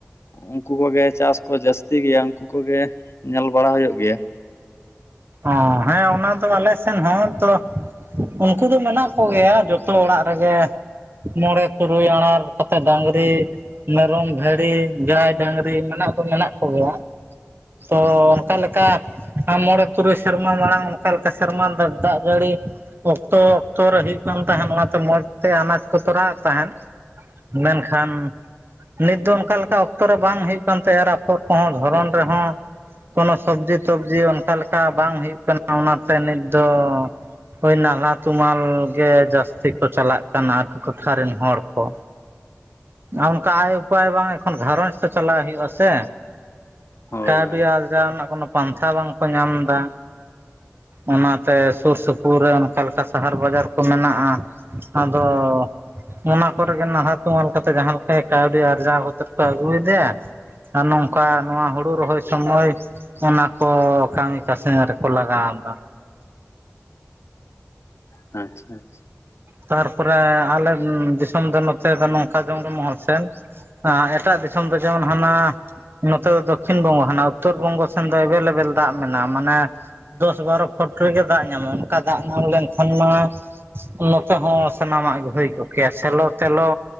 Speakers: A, on the left (about 70°); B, on the right (about 55°).
A: ᱩᱱᱠᱩ ᱠᱚᱜᱮ ᱪᱟᱥ ᱠᱚ ᱡᱟᱹᱥᱛᱤ ᱜᱮᱭᱟ, ᱩᱱᱠᱩ ᱠᱚᱜᱮ ᱧᱮᱞ ᱵᱟᱲᱟ ᱦᱩᱭᱩᱜ ᱜᱮᱭᱟ ᱾
B: ᱚᱸ ᱦᱮᱸ ᱚᱱᱟ ᱫᱚ ᱟᱞᱮ ᱥᱮᱱ ᱦᱚᱸ ᱛᱚ ᱩᱱᱠᱩ ᱫᱚ ᱢᱮᱱᱟᱜ ᱠᱚ ᱜᱮᱭᱟ ᱡᱚᱛᱚ ᱚᱲᱟᱜ ᱨᱮᱜᱮ᱾ ᱢᱚᱬᱮ ᱛᱩᱨᱩᱭ ᱟᱸᱲᱟᱲ ᱠᱟᱛᱮᱫ ᱰᱟᱝᱨᱤ ᱢᱮᱨᱚᱢᱼᱵᱷᱮᱲᱤ, ᱡᱟᱭᱼᱰᱟᱝᱨᱤ ᱢᱮᱱᱟᱜ ᱫᱚ ᱢᱮᱱᱟᱜ ᱠᱚᱜᱮᱭᱟ᱾ ᱛᱚ ᱚᱱᱠᱟ ᱞᱮᱠᱟ <unintelligible> ᱢᱚᱬᱮ ᱛᱩᱨᱩᱭ ᱥᱮᱨᱢᱟ ᱢᱟᱲᱟᱝ ᱚᱱᱠᱟ ᱞᱮᱠᱟ ᱥᱮᱨᱢᱟ ᱫᱟ ᱫᱟᱜ ᱡᱟᱹᱲᱤ ᱚᱠᱛᱚ ᱚᱠᱛᱚᱨᱮ ᱦᱩᱭᱩᱜ ᱠᱟᱱ ᱛᱟᱦᱮᱸᱫ ᱚᱱᱟᱛᱮ ᱢᱚᱡᱽ ᱛᱮ ᱟᱱᱟᱡᱽ ᱠᱚ ᱛᱚᱨᱟᱣᱮᱫ ᱛᱟᱦᱮᱸᱫ ᱢᱮᱱᱠᱷᱟᱱ ᱱᱤᱛ ᱫᱚ ᱚᱱᱠᱟ ᱞᱮᱠᱟ ᱚᱠᱛᱚ ᱨᱮ ᱵᱟᱝ ᱦᱩᱭᱩᱜ ᱠᱟᱱ ᱛᱟᱭᱟ ᱮᱨ ᱯᱷᱚᱨ ᱠᱚᱦᱚᱸ ᱫᱷᱚᱨᱚᱱ ᱨᱮᱦᱚᱸ ᱠᱳᱱᱳ ᱥᱚᱵᱽᱡᱤ ᱛᱚᱵᱡᱤ ᱚᱱᱠᱟ ᱞᱮᱠᱟ ᱵᱟᱝ ᱦᱩᱭᱩᱜ ᱠᱟᱱᱟ, ᱚᱱᱟᱛᱮ ᱱᱤᱛ ᱫᱚᱻ ᱦᱳᱭ ᱱᱟᱞᱦᱟ ᱛᱩᱢᱟᱹᱞ ᱜᱮ ᱡᱟᱹᱥᱛᱤ ᱠᱚ ᱪᱟᱞᱟᱜ ᱠᱟᱱᱟ᱾ᱟᱹᱛᱳ ᱴᱚᱴᱷᱟ ᱨᱮᱱ ᱦᱚᱲ ᱠᱚ᱾ ᱚᱱᱠᱟ ᱟᱭ ᱩᱯᱟᱭ ᱵᱟᱝ ᱮᱠᱷᱚᱱ ᱜᱷᱟᱨᱚᱧᱡᱽ ᱥᱮ ᱪᱟᱞᱟᱜ ᱦᱩᱭᱩᱜᱼᱟ ᱥᱮ
A: ᱦᱳᱭ
B: ᱠᱟᱹᱣᱰᱤ
A: ᱦᱳᱭ
B: ᱟᱨᱡᱟᱣ ᱱᱟᱜ ᱠᱳᱱᱳ ᱯᱟᱱᱛᱷᱟ ᱵᱟᱝᱠᱚ ᱧᱟᱢ ᱫᱟ᱾ ᱚᱱᱟᱛᱮ ᱥᱩᱨ ᱥᱩᱯᱩᱨ ᱨᱮ ᱚᱱᱠᱟ ᱞᱮᱠᱟ ᱥᱟᱦᱟᱨ ᱵᱟᱡᱟᱨ ᱠᱚ ᱢᱮᱱᱟᱜᱼᱟ᱾ ᱟᱫᱚ ᱚᱱᱟ ᱠᱚᱨᱮ ᱜᱮ ᱱᱟᱞᱦᱟ ᱛᱩᱢᱟᱹᱞ ᱠᱟᱛᱮᱜ ᱡᱟᱦᱟᱸ ᱞᱮᱠᱟ ᱠᱟᱹᱣᱰᱤ ᱟᱨᱡᱟᱣ ᱠᱟᱛᱮᱜ ᱠᱚ ᱟᱹᱜᱩᱭᱫᱟ᱾ ᱟ ᱱᱚᱝᱠᱟ ᱱᱚᱣᱟ ᱦᱩᱲᱩ ᱨᱚᱦᱚᱭ ᱥᱚᱢᱚᱭ ᱚᱱᱟ ᱚᱻ ᱠᱟᱹᱢᱤ ᱠᱟᱹᱥᱱᱮ ᱨᱮᱠᱚ ᱞᱟᱜᱟᱣ ᱫᱟ᱾
A: ᱟᱪᱷᱟ ᱟᱪᱷᱟ
B: ᱛᱟᱨᱯᱚᱨᱮ ᱟᱞᱮ ᱩᱸᱢ ᱫᱤᱥᱚᱢ ᱫᱚ ᱱᱚᱛᱮ ᱫᱚ ᱱᱚᱝᱠᱟ ᱡᱚᱝᱜᱚᱞ ᱢᱚᱦᱚᱞ ᱥᱮᱱ᱾ <unintelligible> ᱮᱴᱟᱜ ᱫᱤᱥᱚᱢ ᱫᱚ ᱡᱮᱢᱚᱱ ᱦᱟᱸᱱᱟ ᱱᱚᱛᱮ ᱫᱚ ᱫᱚᱠᱠᱷᱤᱱ ᱵᱚᱝᱜᱚ ᱦᱟᱱᱟ ᱩᱛᱛᱚᱨ ᱵᱚᱝᱜᱚ ᱥᱮᱱ ᱫᱚ ᱮᱵᱮᱞᱼᱮᱵᱮᱞ ᱫᱟᱜ ᱢᱮᱱᱟᱜᱼᱟ, ᱢᱟᱱᱮ ᱫᱚᱥ ᱵᱟᱨᱚ ᱯᱷᱚᱴ ᱨᱮᱜᱮ ᱫᱟᱜ ᱧᱟᱢᱚᱜᱼᱟ ᱚᱱᱠᱟ ᱫᱟᱜ ᱧᱟᱢ ᱞᱮᱱ ᱠᱷᱚᱱ ᱢᱟ ᱱᱚᱛᱮ ᱦᱚᱸ ᱥᱟᱱᱟᱢᱟᱜ ᱜᱮ ᱦᱩᱭ ᱠᱚᱜ ᱠᱮᱭᱟ ᱥᱮᱞᱚ ᱛᱮᱞᱚ